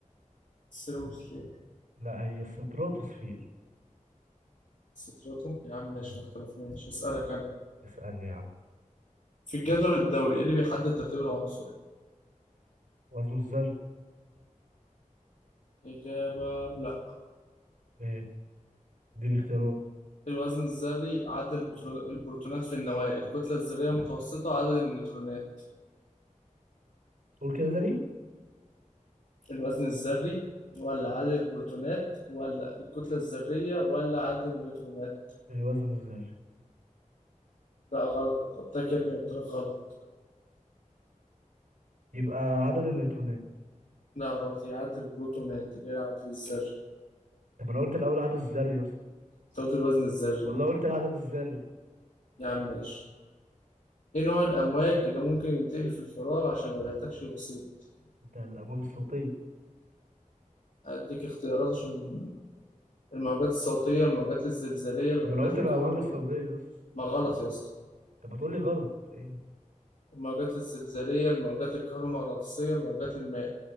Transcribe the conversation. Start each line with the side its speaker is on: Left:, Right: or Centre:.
Left: السيرموسفير
Right: لا هي الستراتوسفير
Left: ستراتو يا عم ماشي
Right: مم.
Left: ما اختلفناش هسألك انا
Right: اسألني يا عم
Left: في الجدول الدوري ايه اللي بيحدد ترتيب العنصر
Right: وزن الذر
Left: إجابة لا
Right: ايه اديني اختيارات
Left: الوزن الذري عدد البترو- البروتونات في النواة الكتلة الذرية المتوسطة عدد النيوترونات
Right: قول كده تاني
Left: الوزن الذري ولا عدد البروتونات ولا الكتلة الذرية ولا عدد النيوترونات
Right: الوزن الذري
Left: لا غلط ما جبتك يا ابني قلت لك غلط
Right: يبقى عدد النيوترونات
Left: لا غلط هي عدد البروتونات غير عدد الذري
Right: طب انا قلت الاول عدد الذري يا اسطى
Left: انت قلت الوزن الذري
Right: والله قلت العدد الذري
Left: يا عم ماشي ايه نوع الأمواج اللي ممكن ينتقل في الفراغ عشان ما بيحتاجش الوسيط
Right: ده الامواج الصوتيه
Left: أديك اختيارات عشان الموجات الصوتية الموجات الزلزالية الموجات
Right: طب انا قلت
Left: الكهرومغناطيسية
Right: الامواج الصوتيه يا اسطى
Left: ما غلط يا اسطى
Right: طب ما تقول لي غلط ايه
Left: الموجات الزلزالية الموجات الكهرومغناطيسية الموجات الماء